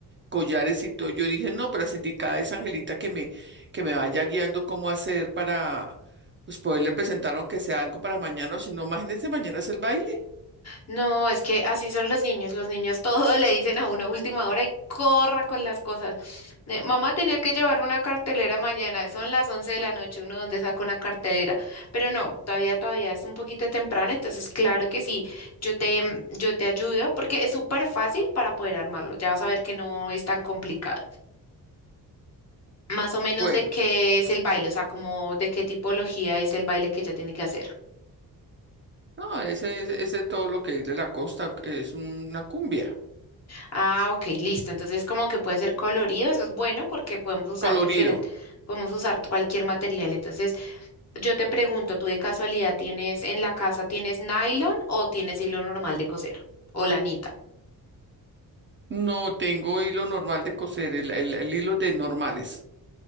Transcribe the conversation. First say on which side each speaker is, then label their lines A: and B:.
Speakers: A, on the right (about 30°); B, on the left (about 40°).
A: collares y todo. Yo dije, no, pero las indicada es Angelita que me, que me vaya guiando cómo hacer para, pues poderle presentar aunque sea algo para mañana, o si no, imagínense, mañana es el baile.
B: No, es que así son los niños. Los niños todo <laughs> le dicen a una última hora y corra con las cosas. De, mamá tenía que llevar una cartelera mañana. Son las 11 de la noche. Uno donde saca una cartelera. Pero no, todavía, todavía es un poquito temprano. Entonces, claro que sí, yo te, mm, yo te ayudo porque es súper fácil para poder armarlo. Ya vas a ver que no es tan complicado. Más o menos
A: Bueno.
B: de qué es el baile, o sea, como de qué tipología es el baile que ella tiene que hacer.
A: No, ese es ese, ese todo lo que es de la costa, eh, es una cumbia,
B: Ah, ok, listo. Entonces, como que puede ser colorido, eso es bueno porque podemos usar
A: colorido.
B: diferente, podemos usar cualquier material. Entonces, yo te pregunto, ¿tú de casualidad tienes en la casa tienes nylon o tienes hilo normal de coser o lanita?
A: No tengo hilo normal de coser, el, el- el hilo de normales.